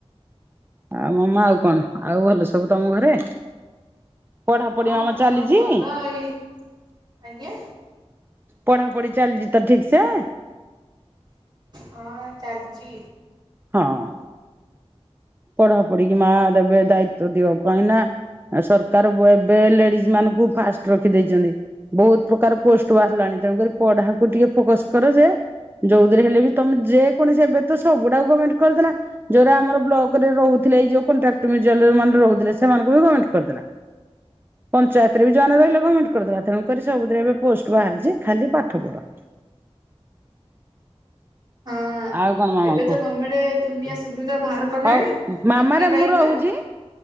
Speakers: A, on the right; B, on the right.
A: ଆଉ ମମ ଆଉ କଣ ଆଉ ଭଲ ସବୁ ତମ ଘରେ? ପଢାପଢି
B: ହଁ
A: କାମ ଚାଲିଛି।
B: ସବୁ ଭଲ ଏଇ ଆଜ୍ଞା
A: ପଢା ପଢି ଚାଲିଛି ତ ଠିକ୍ ସେ?
B: ହଁ ଚାଲଛି।
A: ହଁ। ପଢା ପଢିକି ମା ଦେବେ ଦାୟିତ୍ୱ ଦିଅ କାହିଁକି ନା? ଆ ସରକାର ବ ଏବେ ଲେଡିଜ ମାନଙ୍କୁ ଫାଷ୍ଟ ରଖିଦେଇଛନ୍ତି। ବହୁତ ପ୍ରକାର ପୋଷ୍ଟ ବାହାରିଲାଣି ତେଣୁକରି ପଢାକୁ ଟିକେ ଫୋକସ କର ଯେ ଯୋଉଥିରେ ହେଲେ ବି ତମେ ଯେକୌଣସି ଏବେ ତ ସବୁଡାକୁ ଗମେଣ୍ଟ କରିଦେଲା ଯୋଉଟା ଆମର ବ୍ଲକ ରହୁଥିଲେ ଏଇ ଯୋଉ କଣ୍ଟାଟ ମିଉଚିଆଲ ମାନ ରହୁଥିଲେ ସେମାନଙ୍କୁ ବି କମେଣ୍ଟ କରିଦେଲା। ପଞ୍ଚାୟତରେ ବି ଯୋଉ ମାନେ ରହିଲେ ଗମେଣ୍ଟ କରିଦେଲା, ତେଣୁ କରି ସବୁଥିରେ ଏବେ ପୋଷ୍ଟ ବାହାରିଛି ଖାଲି ପାଠ ପଢ଼।
B: ହଁ।
A: ଆଉ କଣ ମାମା
B: ଏବେ
A: କୁହ
B: ତ ଗମେଟ ଦୁନିଆ ସୁବିଧା ବାହାର କଲାଣି
A: ହଉ ମାମାରେ
B: ସିଟି ପାଇଁକା।
A: ମୁଁ ରହୁଛି